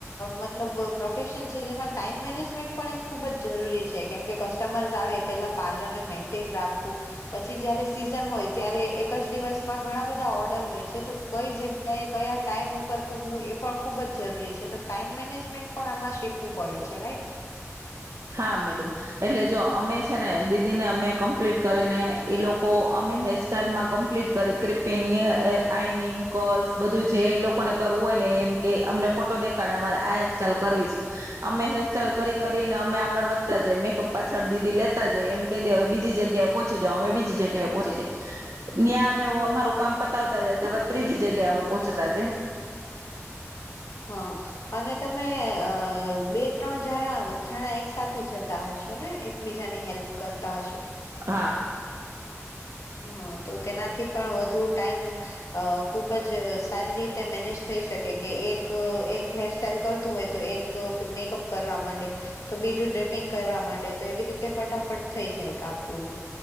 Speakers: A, on the left; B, on the right.
A: મતલબ પ્રોફેશન છે જેમાં ટાઈમ મેનેજમેન્ટ પણ એક ખૂબ જ જરૂરી છે. કેમ કે કસ્ટમર્સ આવે પેલા પાર્લરને મેન્ટેન રાખવું પછી જયારે સીઝન હોય ત્યારે એક જ દિવસમાં ઘણા બધા ઓર્ડર હોય છે તો કઈ જગ્યાએ કયા ટાાઈમ ઉપર પૂગવું એ પણ ખૂબ જ જરૂરી છે તો ટાઈમ મેનેજમેન્ટ પણ આમાં શીખવું પડે છે રાઈટ.
B: હા મેડમ એટલે જો અમે છે ને દીદી ને અમે કમ્પ્લીટ કરીને એ લોકો અમે હેરસ્ટાઈલમાં કમ્પ્લીટ કરી ક્રિપિંગ અ આઈનિંગ કલ્સ બધું જે એ લોકોને કરવું હોય ને એમ કે અમને ફોટો દેખાડે અમારે આ હેરસ્ટાઈલ કરવી અમે હેરસ્ટાઈઇલ કરી કરી અમે આગળ વધતા જ મેકઅપ પાછળ દીદી લેતા જાય એમ ક દે હવે બીજી જગ્યાએ પહોચી જાવ અમે બીજી જગ્યાએ પહોચી જાય ત્યાં અમે અમારું કામ પતાવતા જાય ત્યારબદ ત્રીજી જગ્યા અમે પહોંચતા જ
A: હા અને તમે અ બે ત્રણ જાર જણા એક સાથે જતા હશો ને એકબીજાની હેલ્પ કરતા હશો.
B: હા.
A: હા તો તેનાથી પણ વધુ ટાઈમ અ ખુબ જ સારી રીતે મેનેજ થઈ શકે કે એક એક હેરસ્ટાઈલ કરતું હોય તો એક મેકઅપ કરવા માંડે તો બીજું ડ્રેપિંગ કરવા માંડે તો એવી રીતે ફટાફટ થઇ જાય કામ પૂરું.